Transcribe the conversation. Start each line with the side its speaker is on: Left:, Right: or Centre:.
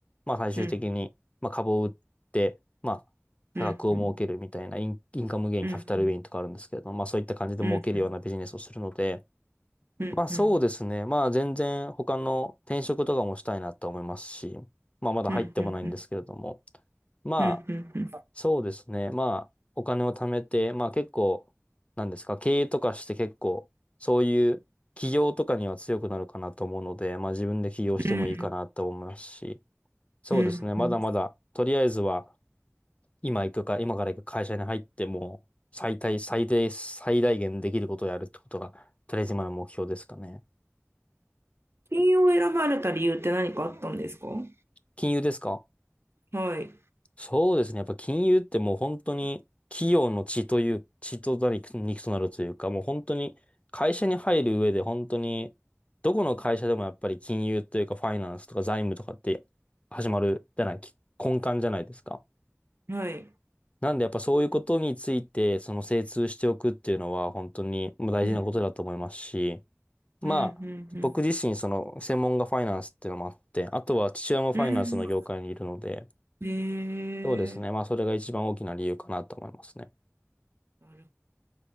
Left: まあ最終的にまあ株を売って、
Right: うん
Left: まあ差額を儲けるみたいなイン、
Right: うんうん
Left: インカムゲイン、
Right: うんうん
Left: キャピタルゲインとかあるんですけれども、まあそういった感じで儲けるようなビジネスをするので、
Right: うんうんうんうんうん
Left: まあそうですね。まあ全然他の転職とかもしたいなと思いますし、まあまだ入ってもないんですけれども。
Right: うんうんうん
Left: まあ
Right: うんうん
Left: そうですね。まあお金を貯めて、まあ結構、なんですか、経営とかして結構、そういう起業とかには強くなるかなと思うので、まあ自分で起業してもいいかなと思いますし、
Right: うん
Left: そうですね。
Right: うんうん
Left: まだまだ、とりあえずは今行くか、今から行く会社に入っても、最大、最大、最大限できることをやるってことが、とりあえず今の目標ですかね。
Right: 金曜を選ばれた理由って何かあったんですかは
Left: 金融ですか
Right: い
Left: そうですね。やっぱ金融ってもう本当に企業の血という、血となり肉となるというか、もう本当に会社に入る上で本当に、どこの会社でもやっぱり金融というかファイナンスとか財務とかって始まるじゃない、き根幹じゃないですか。
Right: はい
Left: なんでやっぱそういうことについて、その精通しておくっていうのは本当にまあ大事なことだと思いますし、
Right: うん
Left: まあ、
Right: うんう
Left: 僕自身その専門がファイナンスっていうのもあって、
Right: ん
Left: あとは父親もファイナンスの業界にいるので、
Right: うんうんへえ
Left: そうですね。まあ、それが一番大きな理由かなと思いますね。
Right: なる